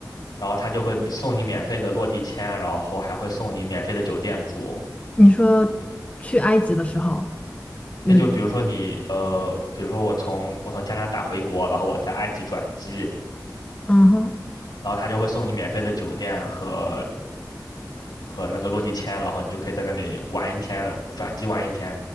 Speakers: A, on the left; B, on the left.
A: 然后他就会送你免费的落地签，然后还会送你免费的酒店住。
B: 你说去埃及的时候有，
A: 这就比如说你呃，比如说我从我从加拿大回国，然后我在埃及转机。
B: 嗯哼，
A: 然后他就会送你免费的酒店和和那个落地签，然后你就可以在那里玩一天，转机玩一天，